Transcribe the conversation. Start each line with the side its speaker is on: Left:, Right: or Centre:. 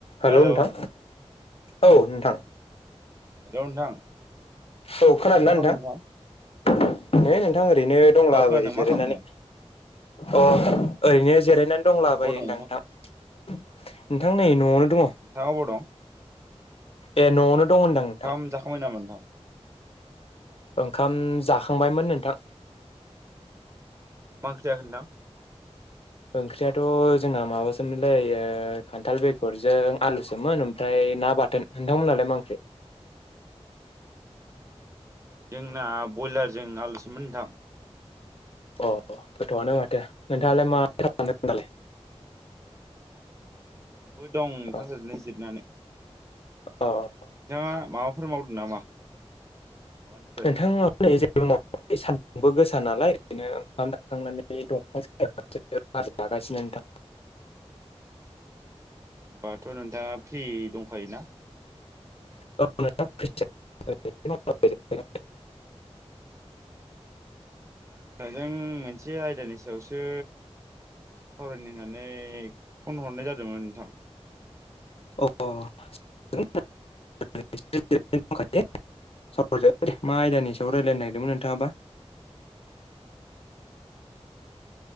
Left: हेल'
Right: hello
Left: नोंथां औ नोंथां।
Right: हेल' नोंथां।
Left: औ
Right: अ
Left: खोनादों
Right: मा
Left: ना
Right: खालामदों
Left: नोंथां
Right: नोंथां
Left: हैै नोंथां ओरैनो दंलाबायो
Right: औ खोनादों
Left: जिरायनानै।
Right: मा खालामदों
Left: अ' ओरैनो जिरायनानै
Right: अ
Left: दंलाबायो
Right: अबाव दं
Left: होनदां नोंथां। नोंथां नै न'आवनो दङ।
Right: नोंथाङा अबाव दं आदसा
Left: ए न'आवनो दं होनदां नोंथां
Right: ओंखाम जाखांबाय नामा नोंथां?
Left: ओंखाम जाखांबायमोन नोंथां।
Right: मा ओंख्रि जाखो नोंथां?
Left: ओंख्रियाथ' जोंना माबासोमोनलै ओ खान्थाल बेगरजों आलुसोमोन ओमफ्राय ना बाथोन। नोंथांमोनहालाय मा ओंख्रि?
Right: जोंना बयलारजों आलुसोमोन नोंथां।
Left: अ' गोथाव आनो माथो नोंथाङालाय मा खालामदों दालाय
Right: आंबो दं नोंथां
Left: अ
Right: ओरैनो जिरनानै।
Left: अ'।
Right: नोंथांङा माबाफोर मावदों नामा खामानिफोर
Left: नोंथां आं नै जेबो मावथवाखै सानदुंबो गोसा नालाय ओंखायनो ओंखाम जाखांनानै दंफां सायावसो <unintelligible> बार जागासिनो नोथां
Right: होनोमबाथ' नोंथाङा फ्रि दंखायोना
Left: <unintelligible>
Right: नोंथांजों मोनसे आयदानि सायावसो सावरायनो होननानै फन हरनाय जादोंमोन नोंथां
Left: अ <unintelligible> <unintelligible> मा आयदानि सायाव रायल्लायनो नागिरदोंमोन नोंथाङाबा